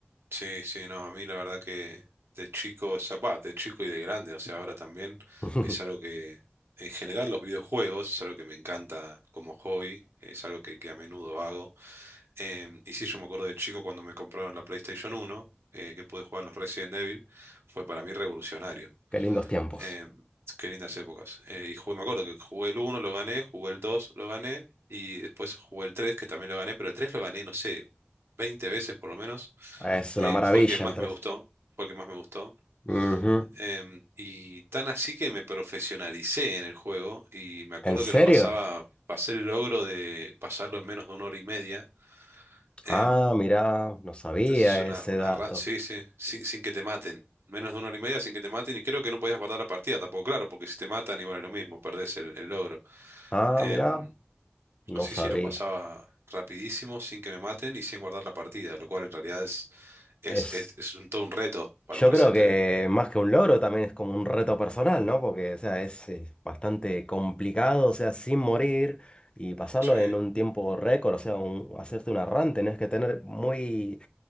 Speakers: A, on the right; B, on the left.
A: Sí, sí, no, a mí la verdad que de chico, o sea, bah, de chico y de grande, o sea, ahora también
B: <laughs>
A: es algo que, en general, los videojuegos es algo que me encanta como hobby, es algo que, que a menudo hago. Em, y sí, yo me acuerdo de chico cuando me compraron la PlayStation uno eh, que pude jugar los Resident Evil, fue para mí revolucionario.
B: Qué lindos tiempos.
A: Em, qué lindas épocas. Eh, y jugué, me acuerdo que jugué el uno lo gané, jugué el 2 lo gané, y después jugué el 3 que también lo gané, pero el 3 lo gané, no sé, 20 veces por lo menos.
B: Es una
A: Eh,
B: maravilla
A: fue el que más
B: el tres,
A: me gustó, fue el que más me gustó.
B: Ujú.
A: Em, y tan así que me profesionalicé en el juego, y me acuerdo
B: ¿En serio?
A: que lo pasaba, pasé el logro de pasarlo en menos de una hora y media. Em,
B: Ah, mirá, no sabía
A: te haces una,
B: ese
A: una
B: dato.
A: run, sí, sí, sin, sin que te maten. Menos de una hora y media sin que te maten y creo que no podías guardar la partida tampoco, claro, porque si te matan igual es lo mismo, perdés el, el logro.
B: Ah,
A: Em,
B: mirá, no
A: sí,
B: sabía.
A: sí, lo pasaba rapidísimo sin que me maten y sin guardar la partida, lo cual en realidad es, es,
B: Es
A: es, es un, todo un reto para
B: Yo
A: un Resident
B: creo que
A: Evil.
B: más que un logro también es como un reto personal, ¿no? Porque, o sea, es, eh, bastante complicado, o sea, sin morir y pasarlo
A: Sí,
B: en un
A: <laughs>
B: tiempo récord, o sea, un- hacerte una run, tenés que tener muy,